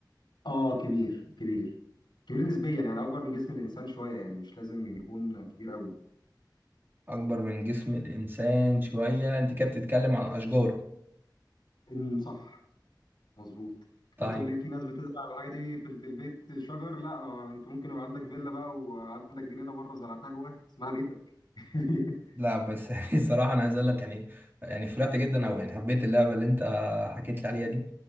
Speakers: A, on the left; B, on the right.
A: آه كبير كبير كبير نسبيا يعني أكبر من جسم الإنسان شوية يعني مش لازم يكون كبير قوي
B: أكبر من جسم الإنسان شوية أنت كده بتتكلم عن أشجار
A: إن صح مظبوط
B: طيب
A: هتقول لي في ناس بتزرع الحاجه دي في في البيت شجر لا ما انت ممكن يبقى عندك فيلا بقى وعندك جنينه بره زرعتها جواها اسمها بيتك <laughs>
B: لا بس <laughs> يعني صراحة أنا عايز أقول لك يعني يعني فرحت جدا أو يعني حبيت اللعبة اللي أنت حكيت لي عليها دي